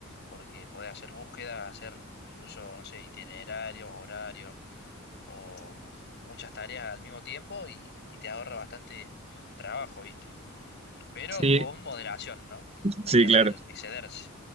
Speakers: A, on the left; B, on the right.
A: Porque podés hacer búsquedas, hacer incluso, no sé, itinerarios, horarios o muchas tareas al mismo tiempo y, y te ahorra bastante trabajo, ¿viste? Pero
B: Sí,
A: con moderación, ¿no? No
B: sí,
A: hay que hacer
B: claro.
A: excederse.